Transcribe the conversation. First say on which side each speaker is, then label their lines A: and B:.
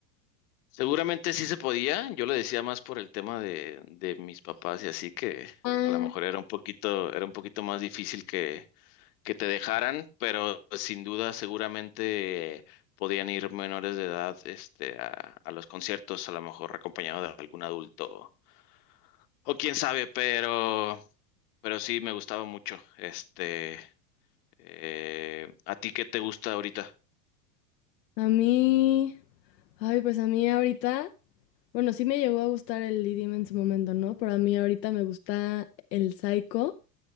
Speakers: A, on the left; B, on the left.
A: Seguramente sí se podía, yo lo decía más por el tema de, de mis papás y así que
B: Ah,
A: a lo mejor era un poquito, era un poquito más difícil que, que te dejaran, pero sin duda seguramente podían ir menores de edad este, a, a los conciertos, a lo mejor acompañado de algún adulto o quién sabe, pero, pero sí me gustaba mucho. Este, eh, ¿a ti qué te gusta ahorita?
B: A mí, ay, pues a mí ahorita, bueno, sí me llegó a gustar el idioma en su momento, ¿no? Pero a mí ahorita me gusta el psycho